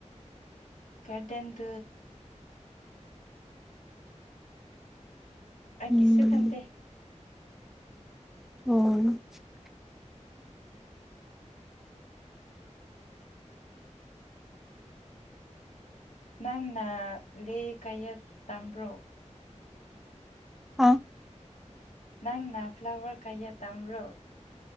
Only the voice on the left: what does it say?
ꯀꯇꯦꯟꯗꯠ꯫ ꯑꯩꯀꯤꯁꯨ
ꯈꯟꯗꯦ꯫
ꯅꯪꯅ ꯂꯦ ꯀꯌꯥ ꯇꯥꯝꯕ꯭ꯔꯣ
ꯅꯪꯅ ꯐ꯭ꯂꯥꯋꯔ ꯀꯌꯥ ꯇꯝꯕꯔꯣ